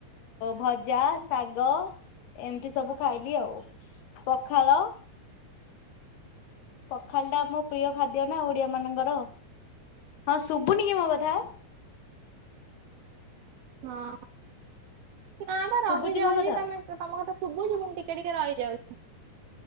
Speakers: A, on the left; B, on the right.
A: ଭଜା ଶାଗ। ଏମିତି ସବୁ ଖାଇଲି ଆଉ ପଖାଳ। ପଖାଳ ଟା ଆମ ପ୍ରିୟ ଖାଦ୍ୟ ନା ଓଡିଆ ମାନଙ୍କର। ହଁ ଶୁଭୁନି କି ମୋ କଥା?
B: ହଁ। ନା ବା ରହିଯାଉଛି
A: ଶୁଭୁଛି ମୋ କଥା?
B: ତମେ ତମ କଥା ଶୁଭୁଛି ପୁଣି ଟିକେ ଟିକେ ରହିଯାଉଛି।